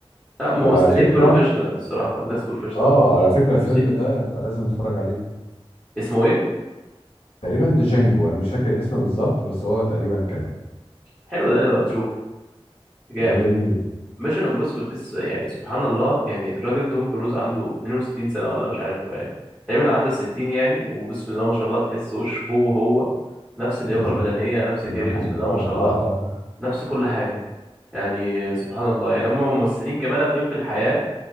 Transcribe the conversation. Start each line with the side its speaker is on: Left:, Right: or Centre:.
Centre: لا ممثلين
Left: وعلى فكرة
Centre: بروفيشنال الصراحة الناس بروفيشنال
Left: آه
Centre: أوي
Left: على فكرة
Centre: في التمثيل
Left: الفيلم ده أنت لازم تتفرج عليه
Centre: اسمه إيه؟
Left: تقريبا ديجانجو انا مش فاكر الاسم بالظبط بس هو تقريبا كده
Centre: حلو ده نبقى نشوف جامد
Left: ده جميل جدا
Centre: ميشن امبوسيبل ديس يعني سبحان الله يعني الراجل توم كروز عنده 62 سنة ولا مش عارف يعني تقريبا عدى 60 يعني وبسم الله ما شاء الله تحس وشه هو هو نفس اللياقة
Left: بالظبط
Centre: البدنية نفس
Left: ولياقه
Centre: الجري بسم
Left: محترمه
Centre: الله ما شاء
Left: اه
Centre: الله
Left: اه
Centre: نفس كل حاجة يعني سبحان الله يعني هم ممثلين كمان هتلاقيهم في الحياة